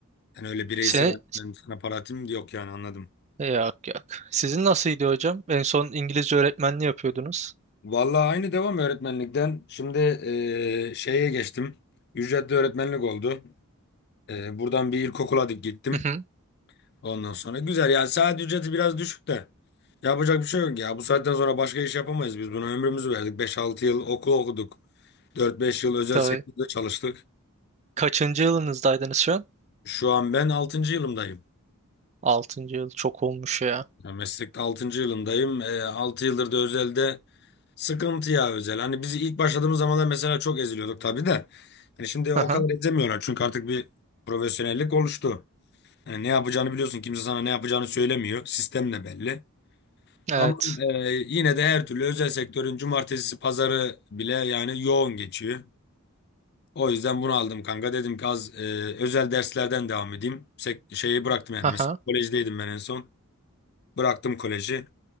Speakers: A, on the left; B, on the right.
A: Yani öyle bireysel
B: Se
A: hani ben sana para atayım yok yani anladım.
B: yok yok. Sizin nasılydı hocam? En son İngilizce öğretmenliği yapıyordunuz.
A: Vallahi aynı devam öğretmenlikten. Şimdi eee, şeye geçtim. Ücretli öğretmenlik oldu. Eee, buradan bir ilkokula dik gittim.
B: Hı hı.
A: Ondan sonra güzel ya saat ücreti biraz düşük de. Yapacak bir şey yok ya. Bu saatten sonra başka iş yapamayız biz. Buna ömrümüzü verdik. Beş altı yıl okul okuduk. Dört beş yıl özel
B: Tabii.
A: sektörde çalıştık.
B: Kaçıncı yılınızdaydınız şu an?
A: Şu an ben altıncı yılımdayım.
B: Altıncı yıl. Çok olmuş ya.
A: Ya meslekte altıncı yılımdayım. 6 yıldır da özelde Sıkıntı ya özel. Hani biz ilk başladığımız zamanlar mesela çok eziliyorduk tabii de. Hani şimdi o
B: Hı hı.
A: kadar ezemiyorlar çünkü artık bir profesyonellik oluştu. Yani ne yapacağını biliyorsun. Kimse sana ne yapacağını söylemiyor. Sistem de belli.
B: Evet.
A: Ama e, yine de her türlü özel sektörün cumartesi pazarı bile yani yoğun geçiyor. O yüzden bunu aldım kanka. Dedim ki az e, özel derslerden devam edeyim. Sek- şeyi bıraktım yani.
B: Hı hı.
A: Mesela kolejdeydim ben en son. Bıraktım koleji.